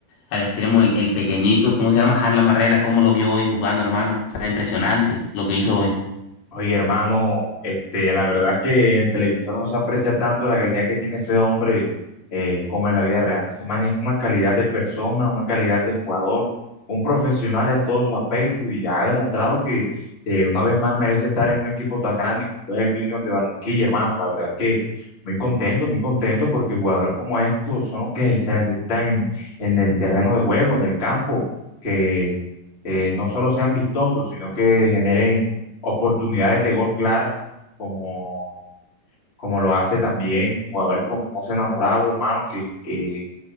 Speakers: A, on the left (about 70°); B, on the left (about 20°).
A: al extremo, el, el pequeñito, ¿cómo se llama? Harlan Barrera, cómo lo vio hoy jugando, hermano. O sea, impresionante lo que hizo hoy.
B: Oye, hermano, este, la verdad es que en televisor no se aprecia tanto la calidad que tiene ese hombre eh, como en la vida real. Ese man es una calidad de persona, una calidad de jugador, un profesional en todo su aspecto y ha demostrado que eh, una vez más merece estar en un equipo tan grande como es el Junior de Barranquilla, hermano. La verdad es que muy contento, muy contento porque jugadores como estos son los que se necesitan en, en el terreno de juego, en el campo, que eh, no solo sean vistosos, sino que generen oportunidades de gol claras, como, como lo hace también jugadores como José Enamorado, hermano, que, eh,